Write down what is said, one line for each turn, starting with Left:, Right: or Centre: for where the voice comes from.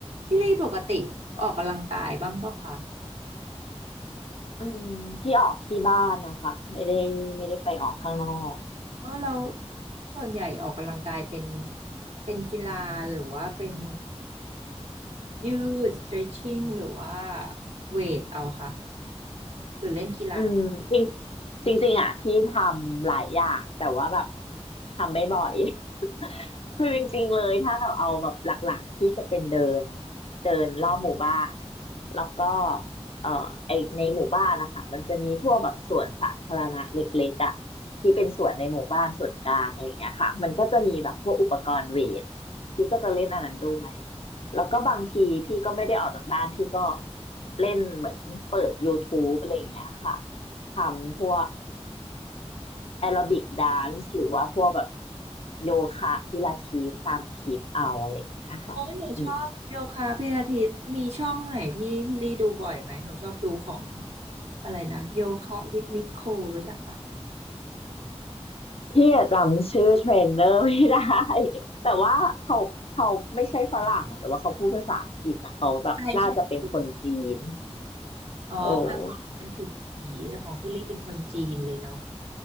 Right: พี่ลี่ปกติออกกำลังกายบ้างเปล่าคะ
Left: อืมที่ออกที่บ้านนะคะไม่ได้ไม่ได้ไปออกข้างนอก
Right: อ๋อเราส่วนใหญ่ออกกำลังกายเป็นเป็นกีฬาหรือว่าเป็นยืด stretching หรือว่าเวทเอาค่ะหรือเล่นกีฬา
Left: อืมจริงจริงๆอ่ะพี่ทำหลายอย่างแต่ว่าแบบทำไม่บ่อย <laughs> คือจริงๆเลยถ้าแบบเอาแบบหลักๆที่จะเป็นเดินเดินรอบหมู่บ้านแล้วก็เอ่อไอในหมู่บ้านนะคะมันจะมีพวกแบบสวนสาธารณะเล็กๆอ่ะที่เป็นสวนในหมู่บ้านส่วนกลางอะไรอย่างเงี้ยค่ะมันก็จะมีแบบพวกอุปกรณ์เวทพี่ก็จะเล่นอันนั้นด้วย แล้วก็บางทีพี่ก็ไม่ได้ออกจากบ้านพี่ก็เล่นเหมือนเปิด YouTube อะไรอย่างเงี้ยค่ะทำพวกแอโรบิกแดนซ์หรือว่าพวกแบบโยคะพิลาทิสตามคลิปเอาอะไรอย่างเงี้ยค่ะอืม
Right: โอ้ยหนูชอบโยคะพิลาทิสมีช่องไหนที่พี่ลี่ดูบ่อยไหมหนูชอบดูของอะไรนะโยคะวิทนิโครู้จักปะ
Left: พี่อะจำชื่อเทรนเนอร์ไม่ได้ <laughs> แต่ว่าเขาเขาไม่ใช่ฝรั่งอะแต่ว่าเขาพูดภาษาอังกฤษนะเขาแบบน่าจะเป็นคนจีน
Right: ใช่ใช่อ๋อแต่ของหนูเป็นผิวสีแต่ของพี่ลี่เป็นคนจีนเลยเนาะ
Left: โอ้